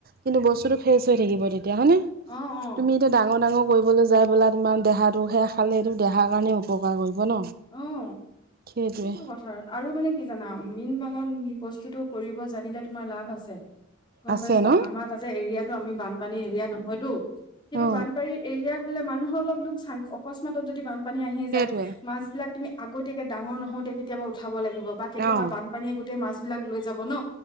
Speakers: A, on the right; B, on the left.
A: কিন্তু বস্তুটো ফ্ৰেচ হৈ থাকিব তেতিয়া হয়নে
B: অহ', অহ'।
A: তুমি এতিয়া ডাঙৰ ডাঙৰ কৰিবলৈ যাই পেলাই তোমাৰ দেহাটোহে খালে। সেইটো দেহাৰ কাৰণে উপকাৰ কৰিব। ন
B: অহ'
A: সেইটোৱে
B: সেইটো কথা, আৰু মানে কি জানা মেইন পালন বস্তুতটো কৰিব জানিলে তোমাৰ লাভ আছে। গম
A: আছে
B: পাইছা,
A: ন
B: আমাৰ তাতে এৰিয়াটো আমি বানপানী এৰিয়া নহয়তো, কিন্তু
A: অ
B: বানপানী এৰিয়া হ'লে মানুহৰ অলপ লোকচান, অকস্মতত যদি বানপানী আহি
A: সেইটোৱে
B: যায়। আছিলা তুমি আগতিয়াকে ডাঙৰ নহওঁতে কেতিয়াবা উঠাব লাগিব বা কেতিয়াবা
A: অ
B: বানপানী গোটেই মানবিলাক‌ লৈ যাব ন,